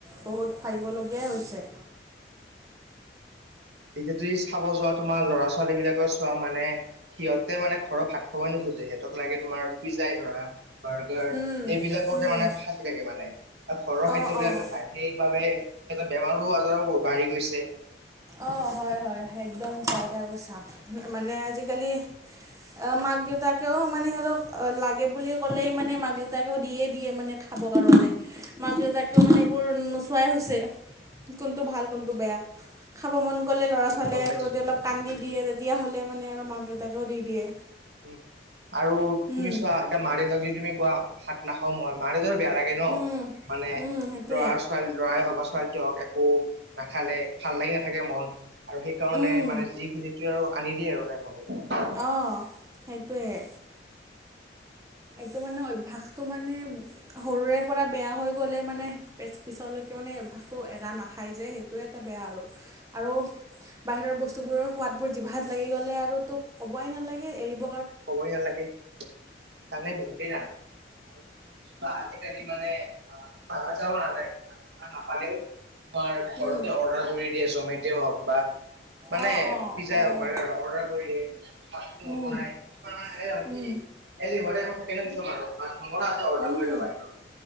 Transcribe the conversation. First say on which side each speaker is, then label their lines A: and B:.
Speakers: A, on the right; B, on the right.
A: বহুত ভাবিবলগীয়াই হৈছে।
B: এতিয়া তুমি চাব যোৱা, তোমাৰ ল'ৰা-ছোৱালী বিলাকৰ চোৱা মানে সিহঁতে মানে ঘৰত ভাত খাবই নোখোজে, সিহঁতক লাগে তোমাৰ পিজাই ধৰা। বাৰ্গাৰ,
A: উম,
B: এইবিলাকতে
A: উম।
B: মানে ফাঁচি থাকে মানে। আৰু ঘৰৰ খাদ্যবিলাক
A: অ', অ'।
B: নাখায়, সেইবাবে সিহঁতৰ বেমাৰো-আজাৰো বহুত বাঢ়ি গৈছে।
A: অ', হয়-হয়। একদম সঁচা কথা কৈছা, মানে আজিকালি অ', মাক-দেউতাকেও মানে সিহঁতক লাগে বুলি ক'লেই, মানে মাক-দেউতাকেও দিয়ে-দিয়ে মানে। খাবৰ কাৰণে, মাক-দেউতাকেও মানে এইবোৰ নোচোৱাই হৈছে। কোনটো ভাল, কোনটো বেয়া। খাব মন গ'লে
B: উম
A: হ'লে
B: গম পাইছো
A: আকৌ যদি অলপ কান্দি
B: উম
A: দিয়ে, তেতিয়াহ'লে মানে আৰু
B: উম।
A: মাক-দেউতাকেও দি দিয়ে।
B: উম, আৰু তুমি
A: উম।
B: চোৱা এতিয়া মাক-দেউতাক যদি তুমি কোৱা ভাত নাখাওঁ মই, মা-দেউতাৰো বেয়া লাগে ন।
A: উম,
B: মানে
A: উম, সেইটোৱে
B: ল'ৰা-ছোৱালী, ল'ৰাই হওক বা ছোৱালী কিয়, একো নাখালে ভাল লাগি নাথাকে মন, আৰু সেইকাৰণে
A: উম,
B: মানে যি খুজে, যেতিয়াও আৰু আনি দিয়ে আৰু টাইম মতে।
A: অ', সেইটোৱেই। এইটো মানে অভ্যাসটো মানে সৰুৰে পৰা বেয়া হৈ গ'লে মানে পেছ-পিছলৈকে মানে অভ্যাসটো এৰা নাখায় যে, সেইটোৱে এটা বেয়া আৰু, আৰু বাহিৰৰ বস্তু বোৰৰ সোৱাদবোৰ জিভাত লাগি গ'লে আৰু তোক ক'বই নালাগে, এৰিব
B: ক'বই নালাগে, জানে বহুতেই জান আৰু কিন্তু আজিকালি মানে আহ, বাহিৰ যাব নালাগে বা নাপালেও তোমাৰ
A: উম,
B: ঘৰতে অৰ্ডাৰ কৰি দিয়ে, জমেট' হওক বা মানে
A: অ', অ',
B: পিজ্জাই
A: হয়,
B: হওক,
A: হয়,
B: বাৰ্গাৰ অৰ্ডাৰ কৰি দিয়ে, ফাষ্টফুড
A: উম,
B: হ'ব নাই তোমাৰ এনে মানে
A: উম,
B: কি এই যি <unintelligible> অৰ্ডাৰ কৰি দিওঁ
A: উম,
B: কৰি বাহিৰৰ।